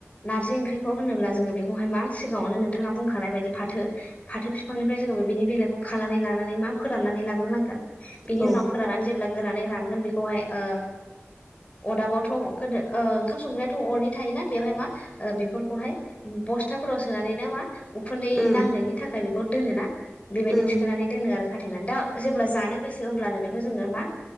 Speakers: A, on the left; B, in the centre.
A: नारजि ओंख्रिखौ होनोब्ला जोङो बेखौहाय मा सिगाङावनो नोंथाङा बुंखानाय बायदि फाथो फाथो बिफांनिफ्राय जोङो बिनि बेलाइखौ खानानै लानानै मा फोराननानै लाग्रोनांगोन? बिनि
B: औ
A: उनाव फोराननानै जेब्ला गोरानै रानगोन बेखौहाय ओ अरदाबावथ' गोदो ओ ओंखाम संग्रायाथ' अरनि थायोना बेवहाय मा बेफोरखौहाय बस्थाफोराव सोनानै नामा उखुन्दै
B: उम
A: नांनायनि थाखाय बेखौ दोनोना बेबायदि
B: उम
A: थिखोनानै दोनो आरोना खाथेनानै दा जेब्ला जानो गोसो अब्लानो बेखौ जोङो मा